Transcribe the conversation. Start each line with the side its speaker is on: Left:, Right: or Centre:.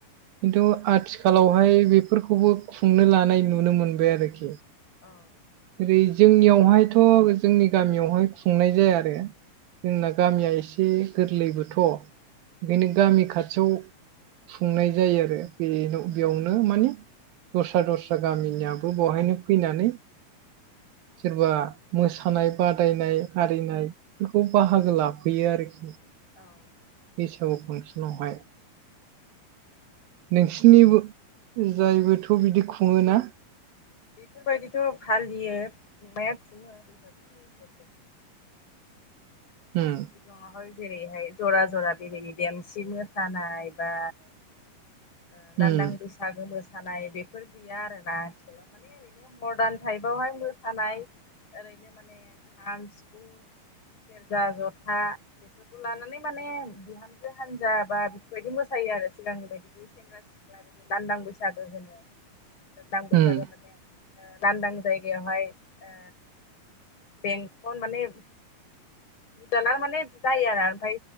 Right: खिन्थु आथिखालावहाय बेफोरखौबो खुंनो लानाय नुनो मोनबाय आरोखि।
Left: औ
Right: ओरै जोंनियावहायथ' जोंनि गामियावहाय खुंनाय जाया आरो‌। जोंना गामिया एसे गोरलैबोथ'। बेनो गामि खाथियाव खुंनाय जायो आरो बेल'-बेयावनो
Left: औ
Right: माने दस्रा दस्रा गामिनियाबो बहायनो फैनानै सोरबा मोसानाय बादायनाय आरिनायफोरखौ बाहागो लाफैयो आरोखि।
Left: औ
Right: बैसागु फांसनावहाय। नोंसिनिबो-जायबोथ' बिदि खुङोना?
Left: बेफोरबायदिथ' फालियो खुंनाया खुङो बैसागुफोर
Right: उम
Left: दङहाय जेरैहाय जरा जरा बेबायदि देमसि मोसानाय बा ओ लांदां
Right: उम
Left: बैसागो मोसानाय बेफोर गैया आरोना। <inaudible> माने ओरैनो मदार्न टाइपावहाय मोसानाय ओरैनो माने खाम सिफुं सेरजा जथा बेफोरखौ लानानै माने बिहामजो हानजा बा बेफोरबायदि मोसायो आरो सिगांनि बायदि बे सेंग्रा सिख्ला बिदि लान्दां बैसागो होनो लान्दां बैसागो
Right: उम
Left: माने ओ लांदां जायगायावहाय ओ बेंकन माने ऐ <inaudible> माने जायो आरो ओमफ्राय